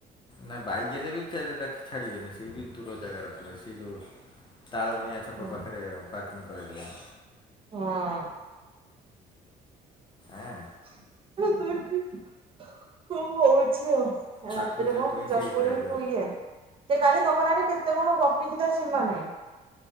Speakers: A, on the left (about 30°); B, on the right (about 30°).
A: ନା ବାଇକ ହେଲେ ବି ଛାଡ଼ି ବେନି। ସେ ବି ଦୂର ଜାଗା ରଖିବେ। ସେ ଯୋଉ ତାଳବଣିଆ ଛକ
B: ହୁଁ
A: ପାଖରେ ପାର୍କିଂ କରାଇ ଦେବେ।
B: ହଁ।
A: ଆଁ।
B: <unintelligible> କଁ ହଉଛି ଆଉ। ରାତି
A: ତାକୁ
B: ରେ
A: ସେଥିପାଇଁ
B: କଣ
A: ସେ
B: ଚକୁଳି
A: ଇଏ କରିବାକୁ ପଡ଼ିବ
B: କୁ ଇଏ? ସେ କାଲି ତମ ନାଁରେ କେତେ କଣ ଗପିଛି ତାର ସୀମା ନାହିଁ।